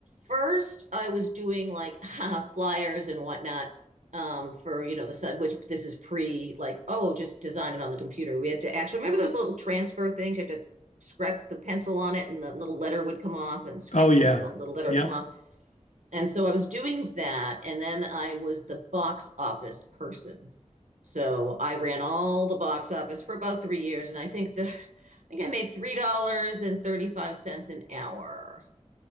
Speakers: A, on the right; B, on the left.
A: first, I was doing like <laughs> flyers and whatnot um, for you know the site, which this is pre like oh just design it on the computer. We had to actually remember those little transfer things. You had to scrape the pencil on it, and the little letter would come off, and scrape
B: oh, yeah.
A: the pencil, the little letter
B: Yep.
A: would come off. And so I was doing that, and then I was the box office person. So I ran all the box office for about three years, and I think the <laughs> I think I made three dollars and thirty five cents an hour.